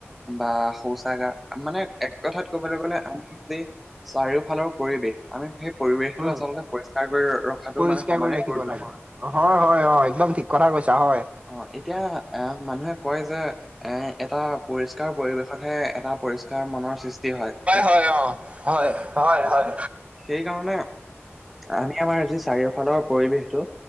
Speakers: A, in the centre; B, on the right (about 30°).
A: বা শৌচাগাৰ মানে এক কথাত ক'বলৈ গ'লে <unintelligible> চাৰিওফালৰ পৰিৱেশ আমি সেই পৰিৱেশটো
B: উম
A: আচলতে পৰিষ্কাৰ কৰি ৰখাটো
B: পৰিষ্কাৰ
A: মানে সমানে
B: কৰি ৰাখিব
A: গুৰুত্ব
B: লাগে হয়, হয়, হয় একদম ঠিক কথা কৈছা হয়।
A: অ', এতিয়া এ মানুহে কয় যে এ এটা পৰিস্কাৰ পৰিৱেশতহে এটা পৰিস্কাৰ মনৰ সৃষ্টি হয়।
B: হয়, অ', হয়, হয়,
A: অ'
B: হয়।
A: সেইকাৰণে আমি আমাৰ যি চাৰিওফালৰ পৰিৱেশটো